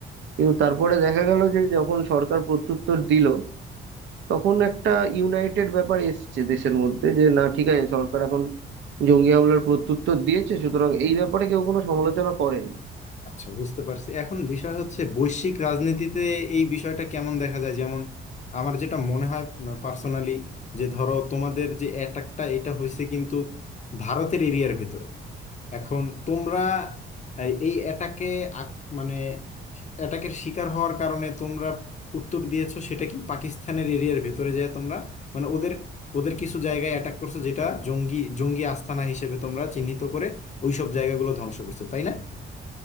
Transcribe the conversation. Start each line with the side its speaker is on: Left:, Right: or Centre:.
Right: কিন্তু তারপরে দেখা গেল যে যখন সরকার প্রত্যুত্তর দিল তখন একটা ইউনাইটেড ব্যাপার এসছে দেশের মধ্যে যে না ঠিক আছে সরকার এখন জঙ্গি হামলার প্রত্যুত্তর দিয়েছে সুতরাং এই ব্যাপারে কেউ কোনো সমালোচনা করেন
Left: আচ্ছা বুঝতে পারছি এখন বিষয় হচ্ছে বৈশ্বিক রাজনীতিতে এই বিষয়টা কেমন দেখা যায় যেমন আমার যেটা মনে হয় পার্সোনালি যে ধরো তোমাদের যে অ্যাটাকটা এটা হয়েছে কিন্তু ভারতের এরিয়ার ভিতরে এখন তোমরা এই এই এটাকে আক- মানে এটাকের শিকার হওয়ার কারণে তোমরা উত্তর দিয়েছো সেটা কি পাকিস্তানের এরিয়ার ভেতরে যায় তোমরা মানে ওদের ওদের কিছু জায়গায় অ্যাটাক করছো যেটা জঙ্গি জঙ্গি আস্তানা হিসেবে তোমরা চিহ্নিত করে ওইসব জায়গাগুলো ধ্বংস করছো তাই না